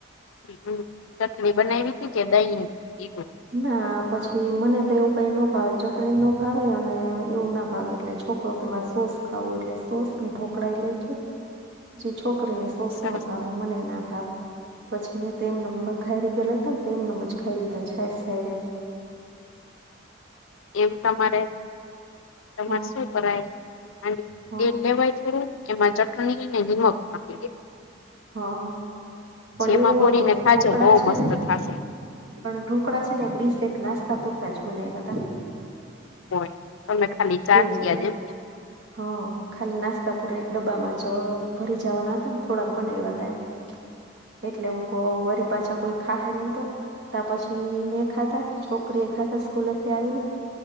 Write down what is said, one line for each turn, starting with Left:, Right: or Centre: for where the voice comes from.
Left: હમ, ચટણી બનાવી હતી કે, દહી દીધું?
Right: ના પછી. એ મને તો એવું કાંઈ ન ભાવે, ચટણી ન ભાવે, અને એવું ના ભાવે, એટલે છોકરો કે મા સોસ. ખાવું, એટલે સોસ ને ઢોકળા ઈ લઈ ગયો. જે છોકરીને સોસ
Left: સરસ
Right: ન ભાવે, મને ના ભાવે, પછી મે તેમ ન ઘાયરી ગલત હતા ને, તો એને મ જ ખાઈ લીધા થાય, સાયરેન.
Left: એમ તમારે. તેમા
Right: હ
Left: શું કરાય, અને
Right: હ
Left: તેલ લેવાય થોડુંક. એમાં ચટણી ને, નમક નાખી દો.
Right: હા, પણ
Left: એમાં
Right: એવું
Left: બોરીને
Right: હતું કે,
Left: ખાજો
Right: ઢોકળા
Left: બહુ
Right: છે
Left: મસ્ત
Right: ને.
Left: થશે
Right: પણ ઢોકળા છે ને, એક ડીશ એક નાસ્તા પૂરતા જ બનાવ્યા તા.
Left: હોય, તમે ખાલી. ચાખી
Right: એવું હતું.
Left: આજે એમને
Right: હ, ખાલી નાસ્તા પૂરા એક ડબ્બામાં જ ભરી જવાના હતા ને, થોડાક બનાવ્યા હતા, એમ. <unintelligible> એટલે હુંકો વરી પાછા કોઈ ખાહે નહી તો, ત્યા પછી મે ખાધા, છોકરા છોકરીએ ખાધા સ્કૂલે થી આવી ને,